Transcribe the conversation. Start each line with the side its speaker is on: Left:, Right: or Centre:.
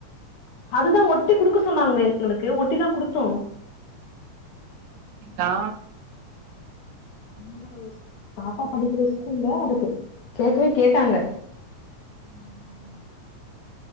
Left: அதுதா ஒட்டி குடுக்க சொன்னாங்க எங்களுக்கு ஒட்டிதா குடுத்தோ
Right: அப்டிங்ளா
Left: எங்க பாப்பா படிக்கிற ஸ்கூல்ல அதுக்கு கேக்கவே கேட்டாங்க
Right: உம் உம்